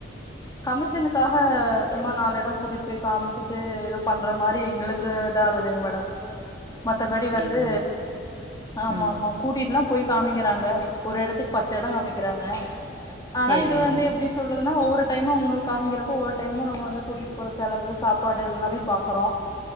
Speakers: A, on the left; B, on the right.
A: கமிஷனுக்காக சும்மா நாலு எடோ கூட்டிட்டு போய் காமிச்சுட்டு ஏதோ பண்ற மாறி எங்களுக் கு இதாங்குதுங் மேடம் மத்தபடி
B: அப்டிங்களா
A: வந்து
B: மேம்
A: ஆமா
B: ஆ
A: ஆமா கூட்டிட்டுலா போய் காமிக்கிறாங்க ஒரு இடத்துக்கு பத்து இடம் காமிக்கிறாங்க ஆனா
B: சேரிங்
A: இது
B: மேடம்
A: வந்து எப்டி சொல் துன்னா ஒவ்வொரு டைுமும் உங்களுக்கு காமிக்கிறப்ப ஒவ்வரு டைமும் நம்ம வந்து கூட்டிட்டு போற செலவு சாப்பாடு எல்லாமே பாக்குறோம்